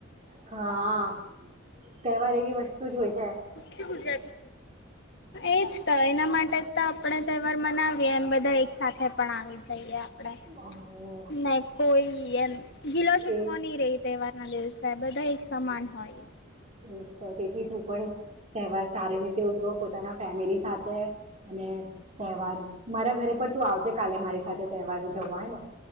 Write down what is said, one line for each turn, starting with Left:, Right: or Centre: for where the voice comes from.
Right: હા કહેવાર એવી વસ્તુજ હોય છે.
Left: કકે બુજતી છે એજ તો એના માટે તો આપણે તહેવાર મનાવીએ એમ બધા એક સાથે પણ આવી જઈએ.
Right: હમ
Left: ના કોઈ એમ ગીલો શીખવો
Right: એજ
Left: નહી રહી તહેવારના દિવસે. ત બધા એક સમાન હોય.
Right: એશ તો તેથી તું પણ તહેવાર સારી રીતે ઉજવો પોતાના ફેમિલી સાથે. અને તહેવાર મારા ઘરે પણ તું આવજે કાલે મારી સાથે તહેવાર ઉજવવા હે ને.